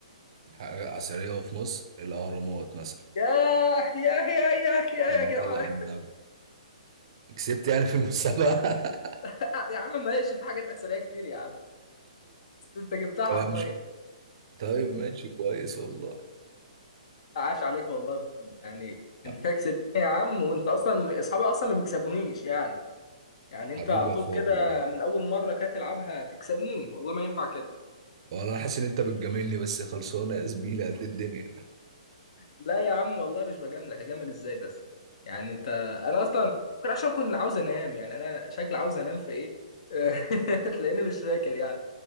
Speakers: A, on the right; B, on the left.
A: حاجه اثريه في مصر الاهرامات مثلا
B: ياه ياه ياه ياه ياه
A: اللهم
B: يا جدعان
A: صل على النبي كسبت يعني في المسابقة <laughs>
B: <laughs> يا عم ماشي في حاجات اثريه كتير يا عم انت جبتها
A: طب
B: حرفيا
A: مش طيب ماشي كويس والله
B: عاش عليك والله بجد يعني
A: ح-
B: انت كده كسبتني يا عم وانت اصلا اصحابي اصلا ما بيكسبونيش يعني يعني
A: حبيبي
B: انت على طول
A: يا اخويا
B: كده
A: والله
B: من اول مره كده تلعبها تكسبني والله ما ينفع كده
A: والله انا حاسس ان انت بتجاملني بس خلصانه يا زميلي قد الدنيا
B: لا يا عم والله مش بجاملك هجامل ازاي بس يعني انت انا اصلا ممكن عشان كنت عاوز انام يعني انا شكلي عاوز انام في ايه <laughs> تلاقيني مش فاكر يعني